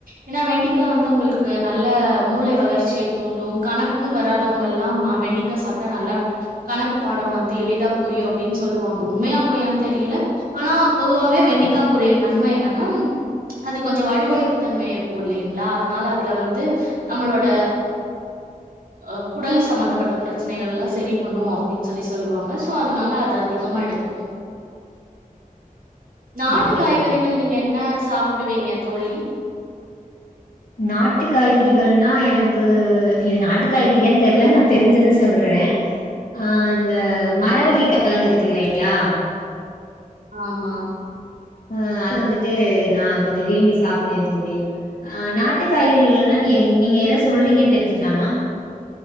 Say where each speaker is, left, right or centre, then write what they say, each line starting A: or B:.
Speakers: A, on the right (about 85°); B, on the left (about 75°).
A: ஏன்னா வெண்டிக்கா வந்து உங்களுக்கு நல்ல மூளை வளர்ச்சியை தூண்டு கணக்கு வராதவங்கல்லா வெண்டிக் க்கா சாப்பிட்டா நல்லா கணக்கு பாடோ வந்து எளிதா புரியு அப்டின்னு சொல்லுவாங்க உண்மையா போயான்னு தெரியல ஆனா பொதுவாவே வெண்டிக்காக்குரிய தன்மை என்னன்னா அது கொஞ்ச வலுவலுப்பு தன்மை இருக்கோ இல்லீங்களா அதனால அதுல வந்து நம்மளோட அ குடல் சம்பந்தப்பட்ட பிரச்சனைகள் எல்லா சரி பண்ணோ அப்டின்னு சொல்லி சொல்லுவாங்க சோ அதனால அது அதிகமா எடுத் துக்குவோ நாட்டுக்
B: ஓகே தோழி
A: ங்கள் நீங்க என்ன சாப்பிடுவீங்க தோழி
B: நாட்டு காய்கறிகள்னா எனக்கு இது நாட்டு காய்கறியானனு தெரியல நா தெரிஞ்சது சொல்ற ஆ இந்த மரவல்லி கெழங்கு இருக்கு இல்லையா
A: ஆமா
B: ஆ அது வந்துட்டு நா கொஞ்சோ விரும்பி சாப்பிடுவே தோழி ஆ நாட்டு காய்கறிகள் ன நீ
A: ம்
B: நீங்க ஏதா சொல்றீங்குனு தெரிஞ்சிக்கலாமா